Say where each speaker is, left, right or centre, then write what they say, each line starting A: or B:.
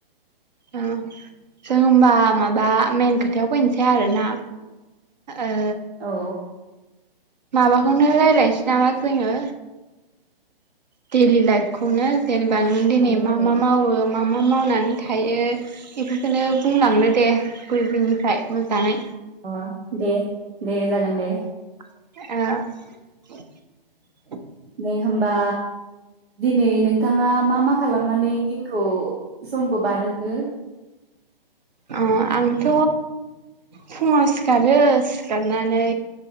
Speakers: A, on the right (about 45°); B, on the right (about 85°).
A: ओ जों होमबा माबा मेन खोथायाव फैनोसै आरोना ओ
B: औ
A: माबाखौनो रायजलायनोसै नामा जोङो देलि लाइभखौनो जेनेबा नों दिनै
B: मानि
A: मा
B: बागै
A: मा मावो मा मा मावनानै थायो बेफोरखौनो बुंलांनो दे गुदिनिफ्राय मोजाङै
B: अ दे दे जागोन दे
A: ओ
B: दे होमबा दिनै नोंथाङा मा मा खालामनानै दिनखौ समखौ बारहोखो
A: अ आंथ' फुङाव सिखारो सिखारनानै